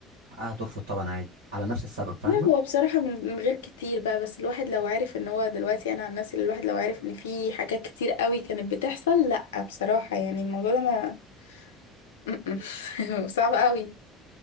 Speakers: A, on the right (about 80°); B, on the left (about 80°).
A: حقها ترفض طبعا عادي على نفس السبب فاهمه
B: لا هو بصراحة من من غير كتير بقى بس الواحد لو عارف ان هو دلوقتي انا عن نفسي الواحد لو عارف ان في حاجات كتير قوي كانت بتحصل لا بصراحة يعني الموضوع ده ما <laughs> م-م. صعب قوي